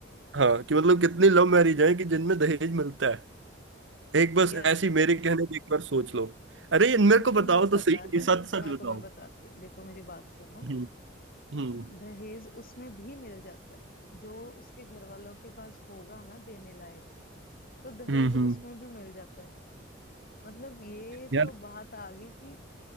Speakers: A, on the right (about 70°); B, on the left (about 50°).
A: हाँ कि मतलब कितनी लव मैरिज हैं कि जिनमें दहेज मिलता है एक बस
B: यार
A: ऐसी
B: देखो
A: मेरे कहने पे एक बार सोच लो अरे ये
B: मुझे
A: मेरे को
B: तो ये
A: बताओ तो
B: पता
A: सही ये
B: है
A: सच सच
B: मैं
A: बताओ
B: तुम्हें बताती हूँ देखो मेरी बात सुनो
A: हम्म हम्म
B: दहेज उसमें भी मिल जाता है जो उसके घर वालों के पास होगा ना देने लायक तो दहेज
A: हम्म हम्म,
B: उसमें भी मिल जाता है मतलब ये
A: यार
B: तो बात आ गई कि